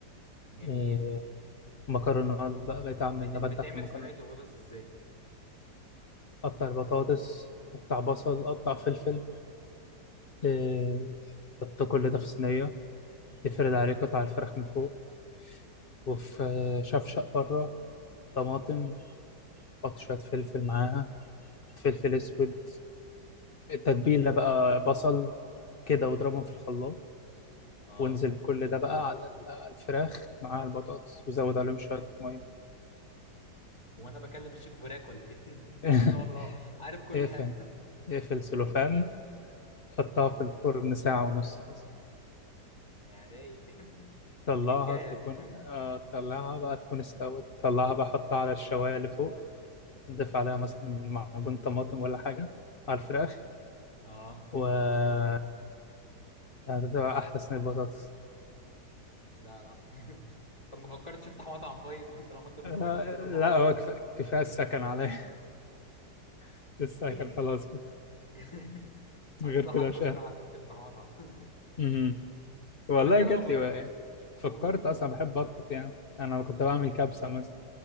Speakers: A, on the left; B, on the left.
A: جميل
B: آه، مكرونات بقى بقيت اعمل
A: بت...
B: ابدع
A: بتعمل
B: في المكرونات
A: صينيه البطاطس ازاي
B: قطع البطاطس قطع بصل قطع فلفل إيه، حط كل ده في صينية افرد عليه قطع الفراخ من فوق وفي آه، شفشق بره طماطم حط شوية فلفل معاها فلفل أسود التتبيلة بقى بصل كده واضربهم في الخلاط
A: اه
B: وانزل بكل ده بقى على ال- على الفراخ مع البطاطس وزود عليهم شوية مية
A: وانا بكلم الشيف براك ولا ايه <laughs>
B: <laughs>
A: طب ما شاء الله عارف كل
B: اقفل
A: حاجه
B: اقفل سلوفان حطها في الفرن ساعة ونص مثلا
A: يا رايق <laughs>
B: طلعها
A: تركايه
B: تكون
A: دي <laughs>
B: آه، طلعها بقى تكون استوت طلعها بقى حطها على الشواية اللي فوق ضيف عليها مثلا معجون طماطم ولا حاجة على الفراخ
A: اه
B: و هتبقى أحلى صينية بطاطس
A: لا لا <laughs> طب ما فكرتش تفتح مطعم طيب <laughs> طالما انت متمكن
B: آه،
A: كده
B: لا
A: الله اكبر
B: هو كف- كفاية السكن عليا <laughs> السكن
A: <laughs>
B: خلاص كده،
A: <laughs>
B: غير
A: انصحك
B: كده مش
A: بصراحه
B: قادر
A: انك تفتح مطعم
B: مهم.
A: <laughs>
B: والله
A: طب انت لما
B: جات لي بقى يعني فكرت
A: بتقول اه
B: أصلا بحب أطبخ يعني أنا كنت بعمل كبسة مثلا